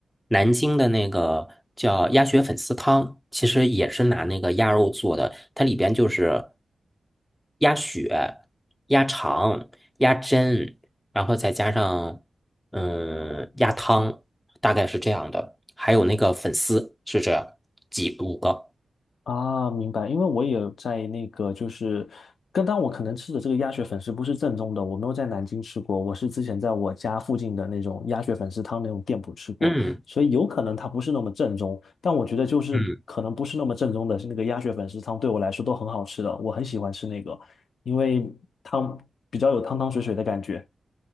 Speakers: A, in the centre; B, on the left.
A: 南京的那个叫鸭血粉丝汤，其实也是拿那个鸭肉做的，它里边就是鸭血、鸭肠、鸭胗，然后再加上嗯鸭汤，大概是这样的，还有那个粉丝是这样，几五个，
B: 啊，明白，因为我也有在那个，就是刚刚我可能吃的这个鸭血粉丝不是正宗的，我没有在南京吃过，我是之前在我家附近的那种鸭血粉丝汤那种店铺吃过，
A: 嗯
B: 所以有可能它不是那么正宗，但我觉得就是可能不是那么正宗的是那个鸭血粉丝汤对我来说都很好吃的，
A: 嗯
B: 我很喜欢吃那个，因为汤比较有汤汤水水的感觉。